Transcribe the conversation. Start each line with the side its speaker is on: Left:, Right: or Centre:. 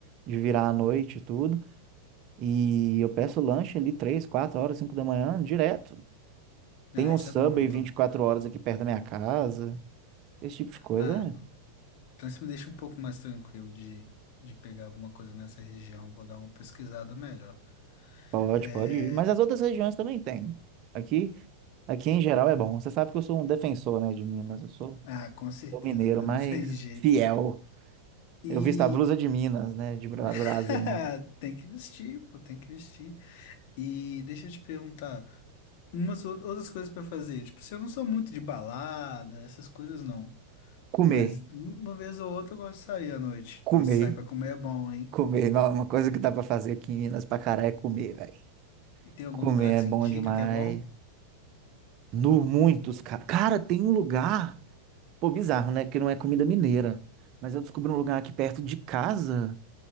Right: de virar à noite e tudo. E eu peço lanche ali três, quatro horas, cinco da manhã, direto.
Left: Ah,
Right: Tem um
Left: isso
Right: Subway
Left: é bom então.
Right: vinte e quatro horas aqui perto da minha casa. Esse tipo de coisa,
Left: Ah, não.
Right: é.
Left: Então isso me deixa um pouco mais tranquilo de, de pegar alguma coisa nessa região. Vou dar uma pesquisada melhor.
Right: Pode,
Left: É...
Right: pode ir. Mas as outras regiões também tem. Aqui, aqui em geral é bom. Você sabe que eu sou um defensor, né, de Minas. Eu sou,
Left: Ah, com certeza,
Right: sou mineiro,
Left: né?
Right: mas
Left: <laughs> Não tem jeito.
Right: fiel.
Left: E
Right: Eu visto a blusa de Minas, né, de Bra-
Left: <laughs>
Right: Brasil, não.
Left: tem que vestir, pô, tem que vestir. E deixa eu te perguntar, umas ou- outras coisas pra fazer. Tipo, se eu não sou muito de balada, essas coisas não.
Right: Comer,
Left: Mas uma vez ou outra eu gosto de sair à noite.
Right: comer,
Left: Nossa, sair pra comer é bom, hein?
Right: comer. Não, é uma coisa que dá pra fazer aqui em Minas pra caralho é comer, velho.
Left: E tem algum
Right: Comer
Left: lugar que
Right: é
Left: você
Right: bom
Left: indica
Right: demais.
Left: que é bom?
Right: No muitos, cara. Cara, tem um lugar. Pô, bizarro, né? Que não é comida mineira. Mas eu descobri um lugar aqui perto de casa